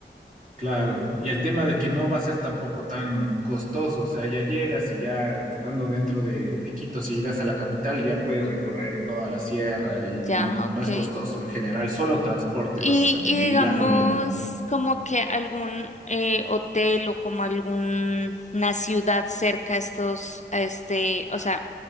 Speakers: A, on the right (about 45°); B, on the left (about 40°).
A: claro. Y el tema de que no va a ser tampoco tan costoso, o sea, ya llegas y ya estando dentro de, de Quito, si llegas a la capital, ya puedes recorrer toda la sierra y no,
B: Ya,
A: no
B: ok.
A: es costoso en general, solo transporte
B: Y,
A: básicamente
B: y digamos
A: y la comida.
B: como que algún eh, hotel o como alguna ciudad cerca a estos, a este, o sea,